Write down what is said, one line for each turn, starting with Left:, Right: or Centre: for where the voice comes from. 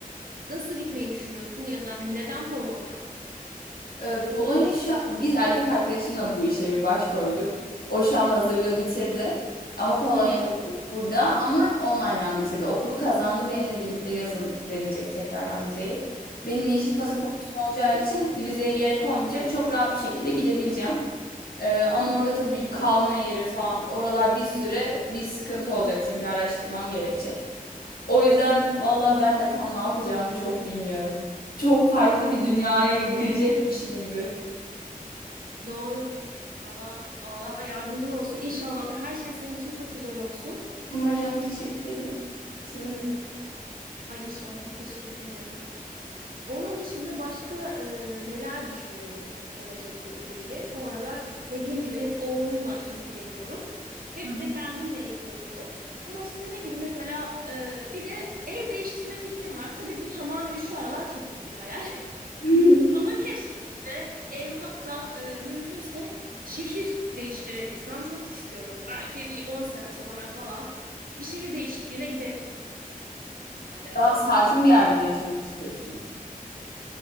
Right: nasıl gitmeyi düşünüyorsun ya da hani neden Polonya?
Left: Ee, Polonya şu an- biz erkek arkadaşımla bu işe bir baş koyduk. O şu an hazırlığı bitirdi. Ama Polonya'da
Right: Hı hı.
Left: değil, burada ama online'dan bitirdi. Okulu kazandı. Benimle birlikte yazın deneyecek tekrardan vizeyi. Benim yeşil pasaportum
Right: Hı hı.
Left: olacağı için vizeye gerek olmayacak. Çok rahat bir şekilde gidebileceğim. Ee, ama orada tabii kalma yeri falan oralar bir süre bir sıkıntı olacak çünkü araştırmam gerekecek. O yüzden valla ben de tam ne yapacağımı çok bilmiyorum. Çok farklı bir dünyaya girecekmişim gibi.
Right: Doğru. Allah Allah yardımcın olsun. İnşallah da her şey senin için çok güzel olsun.
Left: Umarım. Teşekkür ederim. Sizin
Right: Ee,
Left: için.
Right: ay inşallah. Teşekkür ederim. Onun dışında başka e, neler düşünüyorum gelecekle ilgili. Bu aralar dediğim gibi hep oğlumla ilgileniyorum. Hep
Left: Hı.
Right: de kendimle ilgileniyorum. Ama işte ne bileyim mesela e, bir de ev değiştirme fikrim var. Tabii bu tamamen şu aralar çok büyük bir hayal.
Left: <laughs>
Right: <laughs> Ama keşke de ev hatta e, mümkünse şehir değiştirebilsem çok istiyorum. Belki bir 10 sene sonra falan bir şehir değişikliğine giderim ben de.
Left: Daha sakin bir yerde mi yaşamak istiyorsunuz?